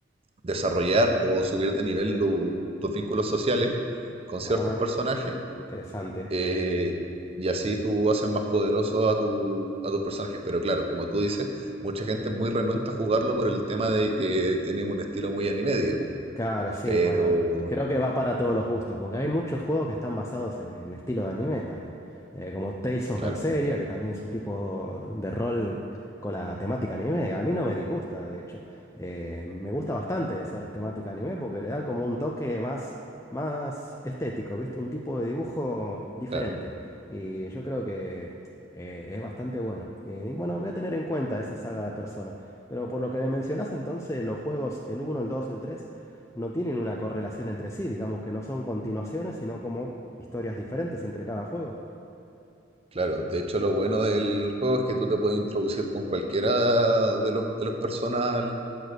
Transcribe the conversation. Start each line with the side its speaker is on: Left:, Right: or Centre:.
Right: desarrollar o subir de nivel lo- tus vínculos sociales con ciertos
Left: Ah,
Right: personajes
Left: interesante.
Right: eh, y así tú haces más poderoso a, tu, a tus personajes. Pero claro, como tú dices, mucha gente es muy renuente a jugarlo por el tema de que tiene un estilo muy anime, digamos.
Left: Claro, sí,
Right: Pero,
Left: bueno, creo que va para todos los gustos, porque hay muchos juegos que están basados en estilo de anime también, eh, como Tales of
Right: claro,
Left: Berseria, que también es un tipo de rol con la temática anime. A mí no me disgusta, de hecho, Eh, me gusta bastante esa las temáticas anime porque le dan como un toque más, más estético, ¿viste? Un tipo de dibujo diferente.
Right: claro,
Left: Y yo creo que eh, es bastante bueno. Eh, y bueno, voy a tener en cuenta esa saga de personas, pero por lo que me mencionás entonces, los juegos, el uno, el 2, el 3 no tienen una correlación entre sí, digamos que no son continuaciones, sino como historias diferentes entre cada juego.
Right: claro. De hecho, lo bueno del juego es que tú te puedes introducir con cualquiera de los, de los personas